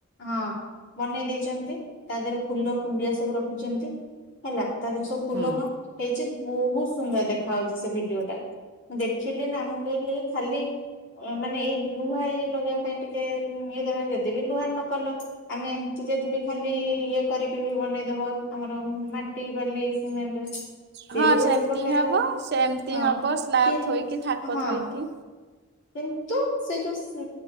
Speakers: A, on the left (about 60°); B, on the right (about 50°).
A: ହଁ ବନେଇ ଦେଇେଇଛନ୍ତି ତା ଦେହରେ ଫୁଲ କୁଣ୍ଡିଆ ସବୁ ରଖିଛନ୍ତି। ହେଲା ତା ଦେହରେ ସବୁ ଫୁଲକଣ
B: ହୁଁ।
A: ହେଇଛି ବହୁତ ସୁନ୍ଦର ଦେଖା ଯାଉଛି ସେ ଭିଡିଓ ଟା। ଦେଖିଲି ନା ମୁଁ କହିଲି ଖାଲି ମାନେ ଏଇ ଲୁହା ଇଏ ଲ ପାଇଁ ଟିକେ ଇଏ ଦରକାର ଯଦିବିି ଲୁହା ନକଲ ଆମେ ଏମିତି ଯଦି ବି ଖାଲି ଇଏ କରିକି ବି ବନେଇଦବ ଆମର ମା ଟି ବାଲି ସିମେଣ୍ଟ ସେ
B: ହଁ
A: ବି ଗୋଟେ
B: ସେମିତି
A: ପ୍ରକାର
B: ହେବ
A: ହବ
B: ସେମିତି
A: ହଁ
B: ହେବ ସ୍ଲାବ୍
A: କି
B: ଥୋଇକି ଥାକ
A: ହଁ।
B: ଥୋଇକି।
A: କିନ୍ତୁ ସେ ଯୋଉ ସି